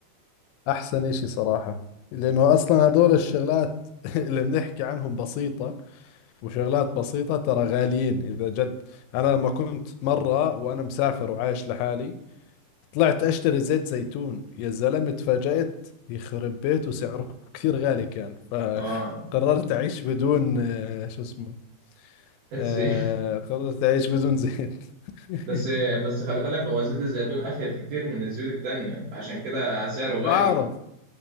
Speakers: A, on the left; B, on the right.
A: أحسن إشي صراحة لأنه أصلا هدول الشغلات <laughs> اللي بنحكي عنهم بسيطة وشغلات بسيطة ترى غاليين إذا جد أنا لما كنت مرة وأنا مسافر وعايش لحالي طلعت اشتري زيت زيتون يا زلمة اتفاجأت يخرب بيته سعره كثير غالي كان فقررت
B: اه
A: <laughs> اعيش بدون آه، شو اسمه
B: الزيت
A: آه،
B: <laughs>
A: قررت اعيش بدون زيت <laughs>
B: بس بس خلي بالك هو زيت الزيتون افيد كتير من الزيوت التانية عشان كده سعره غالي
A: بعرف